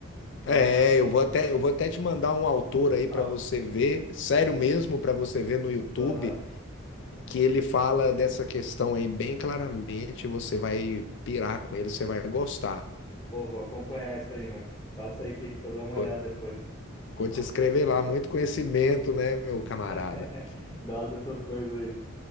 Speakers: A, on the left (about 20°); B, on the left (about 55°).
A: É,
B: É, eu vou até, eu vou até te mandar um autor aí para
A: au,
B: você ver, sério mesmo, para você ver no YouTube,
A: aham.
B: que ele fala dessa questão aí bem claramente. Você vai pirar com ele, você vai gostar.
A: Pô, vou acompanhar isso aí mesmo. Passa aí que, que eu dou uma
B: Vou,
A: olhada depois.
B: vou
A: Eu Gosto
B: te escrever
A: de.
B: lá, muito conhecimento, né, meu camarada?
A: <laughs> Gosto dessas coisas aí.